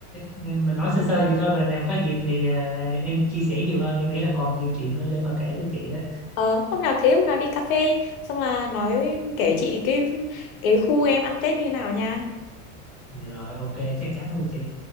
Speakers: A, in the centre; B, on the left (about 80°).
A: mình nói sơ sơ vậy thôi rồi nào có dịp thì ờ, em chia sẻ nhiều hơn em nghĩ là còn nhiều chuyện nữa để mà kể cho chị đó
B: ờ, hôm nào thế hôm nào đi cà phê xong là nói kể chị cái cái khu em ăn Tết như nào nha
A: dạ rồi ok chắc chắn luôn chị